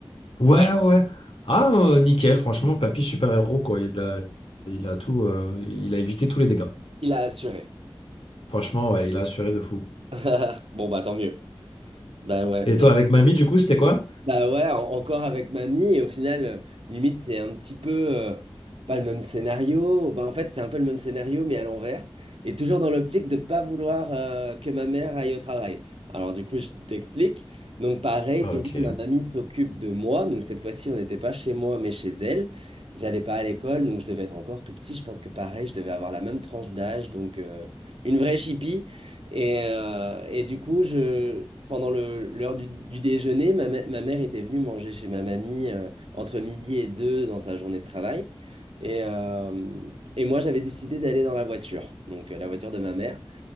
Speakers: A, on the left; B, on the right.
A: Ouais,
B: Ouais.
A: ouais. ouais. Ah, euh, nickel, franchement, papy, super-héros, quoi. Il a, il a tout, euh, il a évité tous les dégâts.
B: Il a assuré.
A: Franchement, ouais, il a assuré de fou.
B: <laughs> Bon, bah tant mieux. Bah ouais.
A: Et toi, avec mamie, du coup, c'était quoi?
B: Bah ouais, en- encore avec mamie, et au final, euh, limite, c'est un petit peu euh, pas le même scénario. Bah en fait, c'est un peu le même scénario, mais à l'envers. Et toujours dans l'optique de pas vouloir euh, que ma mère aille au travail. Alors du coup, je t'explique. Donc pareil,
A: Ah,
B: toujours
A: Ok.
B: ma mamie s'occupe de moi. Donc cette fois-ci, on n'était pas chez moi, mais chez elle. J'allais pas à l'école, donc je devais être encore tout petit. Je pense que pareil, je devais avoir la même tranche d'âge, donc euh, une vraie chipie. Et, euh, et du coup, je, pendant le- l'heure du, du déjeuner, ma, mè- ma mère était venue manger chez ma mamie euh, entre midi et deux dans sa journée de travail. Et, euh, et moi, j'avais décidé d'aller dans la voiture, donc euh, la voiture de ma mère.